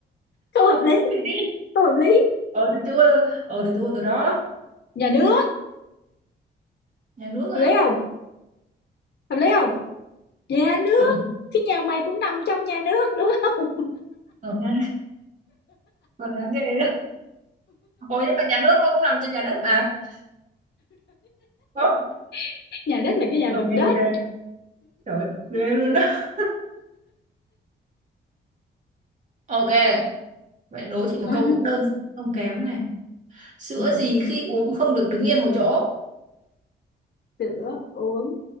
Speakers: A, on the left; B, on the right.
A: Không hợp
B: <laughs>
A: lý, không hợp lý.
B: Ờ thì thua rồi, ờ thì thua rồi đó.
A: Nhà nước,
B: Nhà nước á?
A: hợp lý không? Hợp lý không? Nhà nước,
B: Ờ,
A: cái nhà mày cũng nằm trong nhà nước, đúng không?
B: ờ ha, còn đáng ghê á. Ồ nhưng mà nhà nước nó cũng làm trên nhà đất mà. Ờ,
A: <laughs> Nhà đất là cái nhà
B: Ok,
A: bằng đất.
B: ok, trời ơi, tập ghê luôn á. Ok, Vậy đố chị một
A: <laughs>
B: câu cũng đơn giản, không kém này. Sữa
A: Ừ,
B: gì khi uống không được đứng yên một chỗ?
A: sữa uống,